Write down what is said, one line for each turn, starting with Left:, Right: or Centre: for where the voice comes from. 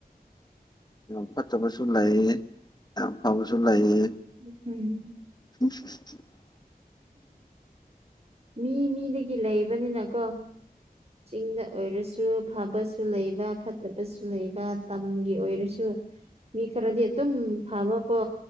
Left: ꯌꯥꯝ ꯐꯠꯇꯕꯁꯨ ꯂꯩꯌꯦ ꯌꯥꯝ ꯐꯕꯁꯨ ꯂꯩꯌꯦ
Right: ꯎꯝ
Left: <unintelligible>
Right: ꯃꯤ ꯃꯤꯗꯒꯤ ꯂꯩꯕꯅꯤꯅꯀꯣ ꯆꯤꯡꯗ ꯑꯣꯏꯔꯁꯨ ꯐꯕꯁꯨ ꯂꯩꯕ ꯐꯠꯇꯕꯁꯨ ꯂꯩꯕ ꯇꯝꯒꯤ ꯑꯣꯏꯔꯁꯨ ꯃꯤ ꯈꯔꯗꯤ ꯑꯦ ꯑꯗꯨꯝ ꯐꯥꯕ ꯀꯣ